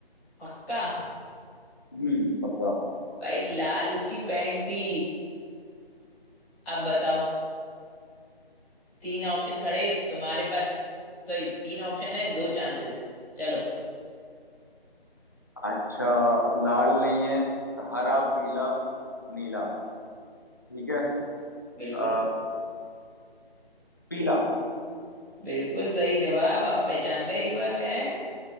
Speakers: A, in the centre; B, on the left.
A: पक्का
B: हम्म पक्का
A: भाई लाल उसकी पैंट थी अब बताओ तीन ऑप्शन खड़े तुम्हारे पास सॉरी तीन ऑप्शन है दो चांसेस चलो
B: अच्छा लाल नहीं है तो हरा पीला नीला ठीक है
A: बिल्कुल
B: आ, पीला
A: बिल्कुल सही जवाब अब पहचान गए एक बार में है